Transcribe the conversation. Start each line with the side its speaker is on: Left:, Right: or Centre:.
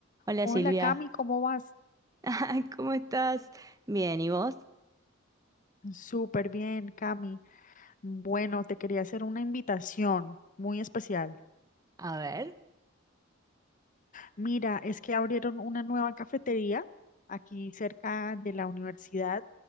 Right: Hola
Left: Hola
Right: Silvia,
Left: Cami, ¿cómo vas?
Right: <laughs> ¿cómo estás? Bien, ¿y vos?
Left: Súper bien, Cami. Bueno, te quería hacer una invitación muy especial.
Right: A ver,
Left: Mira, es que abrieron una nueva cafetería aquí cerca de la universidad,